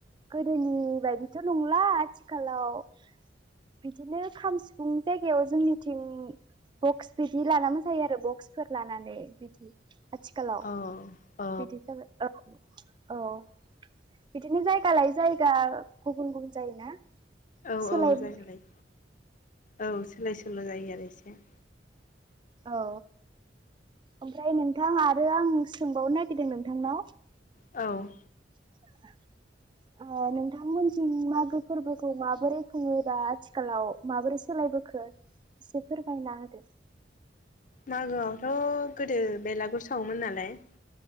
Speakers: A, on the right; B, on the left.
A: गोदोनि बायदिथ' नंला आथिखालाव बिदिनो खाम सिफुंनि जायगायाव जोंनिथिं बक्स बिदि लाना मोसायो आरो बक्सफोर लानानै बिदि आथिखालाव
B: औ औ
A: बिदि जाबाय औ <inaudible> औ बिदिनो जायगा लायै जायगा गुबुन गुबुन जायोना।
B: औ
A: सोलायबाय
B: औ जागा लायै औ सोलाय सोल' जायो आरो एसे।
A: औ ओमफ्राय नोंथां आरो आं सोंबावनो नागिरदों नोंथांनाव
B: औ
A: <inaudible> ओ नोंथांमोनजों मागो फोरबोखौ माबोरै खुङो दा आथिखालाव? माबोरै सोलायबो खौ एसे फोरमायना होदो।
B: मागोआवथ' गोदो बेलागुर सावोमोन नालाय।